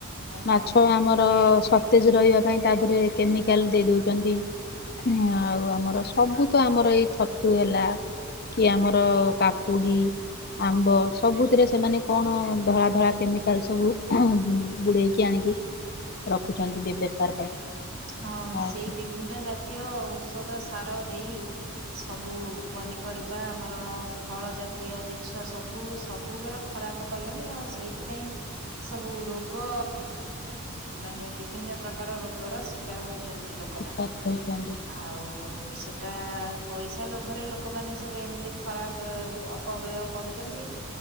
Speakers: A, on the right (about 80°); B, on the left (about 45°).
A: ଆଜ୍ଞା
B: ମାଛ
A: ଆଜ୍ଞା।
B: ଆମର ସତେଜ ରହିବା ପାଇଁ ତା ଦେହରେ କେମିକାଲ ଦେଇ ଦଉ ଛନ୍ତି। ଆଉ ଆମର ସବୁ ତ ଆମର ଏଇ ଛତୁ ହେଲା କି ଆମର କାକୁଡ଼ି ଆମ୍ବ ସବୁଥିରେ ସେମାନେ କଣ ଧଳା-ଧଳା କେମିକାଲ ସବୁ ବୁଡ଼େଇ କିି ଆଣିକି ରଖୁଛନ୍ତି ବେପାର ପାଇଁ।
A: ହଁ,
B: ଆଉ
A: ସେଇ ବିଭିନ୍ନ ଜାତୀୟ ଔଷଧ, ସାର ଦେଇ ସବୁ ପନିପରିବା ଆମର ଫଳ ଜାତୀୟ ଜିନିଷ ସବୁ- ସବୁଗୁରା ଖରାପ କଲେଣି। ଆଉ ସେଇଥିପାଇଁ ସବୁ ରୋଗ ମାନେ ବିଭିନ୍ନ ପ୍ରକାର ରୋଗର ଶିକ ଶିକାର ହଉଛନ୍ତି ଲୋକ।
B: ଶିକାର ହଉଛନ୍ତି।
A: ଆଉ ସେଟା ପଇସା ଲୋଭରେ ଲୋକମାନେ ସବୁ ଏମିତି ଖରାପ ଅପବ୍ୟୟ କରୁଛନ୍ତି।